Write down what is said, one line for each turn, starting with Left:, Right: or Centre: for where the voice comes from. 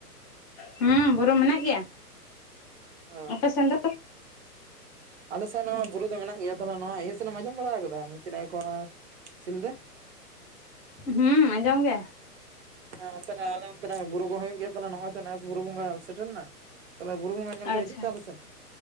Left: ᱦᱩᱸ ᱵᱚᱨᱩ ᱢᱮᱱᱟᱜ ᱜᱮᱭᱟ
Right: ᱚ
Left: ᱟᱯᱮ ᱥᱮᱱ ᱫᱚ
Right: ᱟᱞᱮ ᱥᱮᱱ ᱦᱚᱸ ᱵᱩᱨᱩ ᱫᱚ ᱢᱮᱱᱟᱜ ᱜᱮᱭᱟ ᱛᱚᱞᱦᱮ ᱱᱚᱣᱟ ᱤᱭᱟᱹ ᱥᱮᱱᱟᱜ ᱮᱢ ᱟᱸᱡᱚᱢ ᱵᱟᱲᱟ ᱟᱠᱟᱫᱟ ᱪᱤ ᱱᱮᱭ ᱠᱚ ᱥᱤᱞᱫᱟᱹ
Left: ᱦᱩᱸ ᱟᱡᱚᱢ ᱜᱮ
Right: ᱦᱮ ᱚᱱᱛᱮ ᱱᱟᱜ ᱟᱞᱮ ᱚᱱᱛᱮ ᱱᱟᱜ ᱵᱩᱨᱩᱠᱩ ᱦᱩᱭᱩᱜ ᱜᱮᱭᱟ ᱱᱚᱜᱼᱚᱭ ᱛᱚ ᱱᱮᱥ ᱵᱩᱨᱩ ᱵᱚᱸᱜᱟ ᱥᱮᱴᱮᱨᱱᱟ ᱛᱟᱞᱦᱮ ᱵᱩᱨᱩ ᱵᱚᱸᱜᱟ ᱧᱮᱞ ᱠᱚ
Left: ᱟᱪᱪᱷᱟ
Right: ᱦᱤᱡᱩᱜ ᱯᱮ ᱟᱞᱮ ᱥᱮᱫ